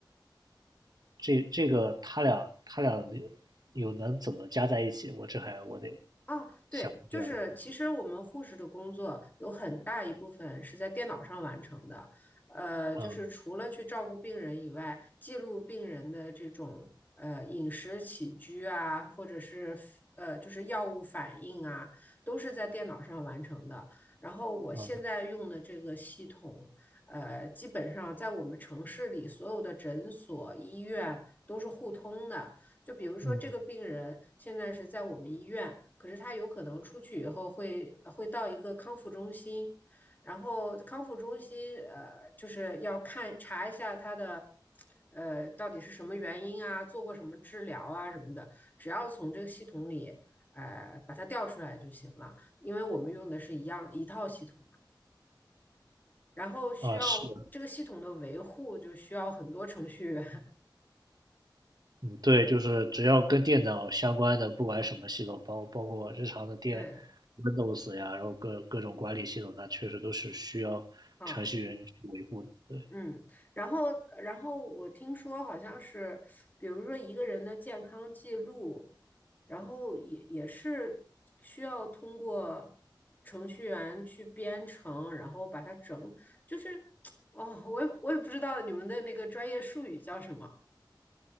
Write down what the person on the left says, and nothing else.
啊，对，
就是其实我们护士的工作有很大一部分是在电脑上完成的，呃，就是除了去照顾病人以外，
记录病人的这种呃饮食起居啊，或者是呃就是药物反应啊，都是在电脑上完成的。然后我现在用的这个系统，
呃，基本上在我们城市里所有的诊所、医院都是互通的，就比如说这个病人现在是在我们医院，
可是他有可能出去以后会会到一个康复中心，然后康复中心呃就是要看查一下他的呃到底是什么原因啊，做过什么治疗啊什么的，只要从这个系统里呃把它调出来就行了，因为我们用的是一样一套系统嘛。然后需要这个系统的维护，
就需要很多程序员。
<laughs> 对，
啊、
嗯，然后，然后我听说好像是，比如说一个人的健康记录，然后也也是需要通过程序员去编程，然后把它整，就是，<tsk> 哦，我也我也不知道你们的那个专业术语叫什么。